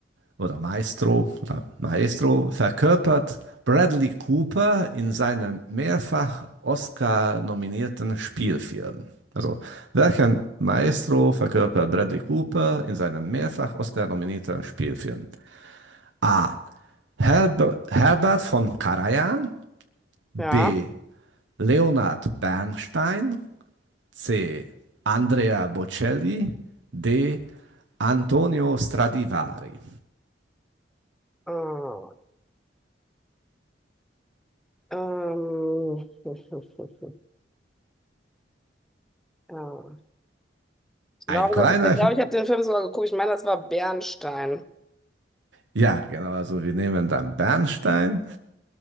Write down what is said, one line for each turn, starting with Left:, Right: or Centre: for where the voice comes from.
Right: oder Maestro oder Maestro verkörpert Bradley Cooper in seinem mehrfach Oscar-nominierten Spielfilm. Also, welchen Maestro verkörpert Bradley Cooper in seinem mehrfach Oscar-nominierten Spielfilm? A. Herber, Herbert von Karajan. B.
Centre: ja.
Right: Leonard Bernstein. C. Andrea Bocelli. D. Antonio Stradivari.
Centre: Ah, ähm. <laughs> Ja. Ich glaube,
Right: Ein kleiner
Centre: das ist, ich glaube, ich habe den Film sogar geguckt. Ich meine, das war Bernstein.
Right: Ja, genau. Also wir nehmen dann Bernstein.